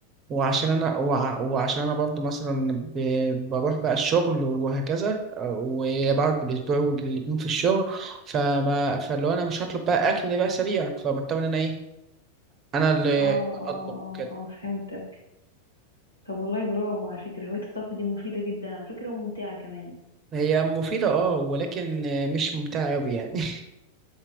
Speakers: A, on the right (about 25°); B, on the left (about 80°).
A: وعشان انا وع... وعشان انا برضه مثلا ب... بروح بقى الشغل وهكذا آه، وبقعد بالاسبوع والاتنين في الشغل فما فلو انا مش هطلب بقى اكل بقى سريع فبضطر ان انا ايه انا اللي
B: اه اه
A: اطبخ
B: اه
A: وكده
B: اه فهمتك طب والله برافو على فكرة هواية الطبخ دي مفيدة جدا على فكرة وممتعة كمان
A: هي مفيدة اه ولكن مش ممتعة أوي يعني